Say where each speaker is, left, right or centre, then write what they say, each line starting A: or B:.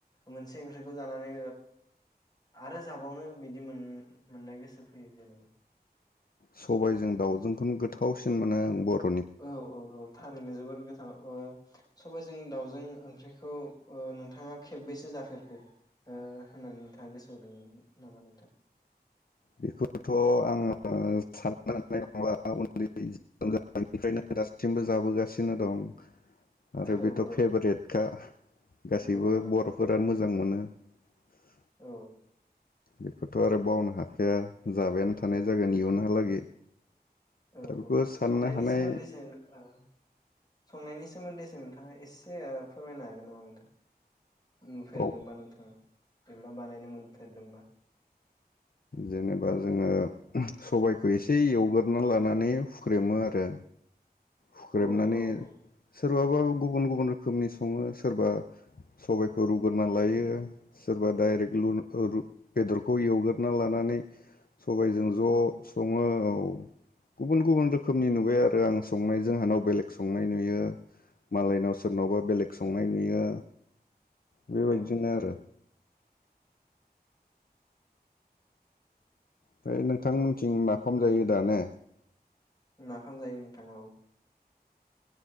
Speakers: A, on the left; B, on the left.
A: मोनसे ओंख्रैखौ ओ जानानै आरो जाबावनो बिदि मोननाय गोसो फैयो जेनेबा
B: सबायाइजों दाउजोंखौनो गोथावसिन मोनो आं बर'
A: औ औ औ। थारैनो जोबोर गोथां सबाइजों दाउजों ओंख्रिखौ नोंथाङा खेबबैसो जाफेरखो होननानै नोंथाङा गोसोआवदों नामा नोंथां?
B: बेखौथ' आङो साननो ना उन्दैनिफ्रायनो दासिमबो जाबोगासिनो दं। आरो
A: औ
B: बेथ'
A: औ
B: फेभारेटखा गासैबो
A: नंगौ नंगौ
B: बर फोरा मोजां मोनो। <unintelligible>
A: औ।
B: बेखौथ' आरो बावनो हा खाया जाबायानो थानाय जागोन इयुनहालागै
A: औ
B: दा बेखौ
A: औ
B: साननो
A: संनायनि
B: हानाय
A: सोमोन्दै सो ओ संनायनि सोमोन्दैसो नोंथाङा एसे फोरमायनो हागोन नामा नोंथां? नुफेरदोंबा
B: औ
A: नोंथाङा? <unintelligible> बानायनो मोनफेरदोंबा।
B: जेनेबा जोङो ओम सबायखौ एसे एवगोरना लानानै हुख्रेमो आरो हुख्रेमनानै
A: औ औ औ
B: सोर बाबा गुबुन गुबुन रोखोमनि सङो सोरबा सबायखौ रुग्रोना लायो सोरबा डाइरेक्ट लु-रु-बेदरखौ एवगोरना लानानै। सबायाइजों
A: नंगौ
B: ज सङो औ औ गुबन गुबुन रोखोमनि
A: औ
B: नुबाय
A: औ
B: आरो आं संनाय जोंहानाव बेलेग संनाय नुयो मालायनाव सोरनावबा बेलेग संनाय नुयो। बेबायदिनो
A: औ
B: आरो। बे नों। थांमोननिथिं नाफाम जायो दा ने? <inaudible>
A: नाफाम जायो नोंथां औ।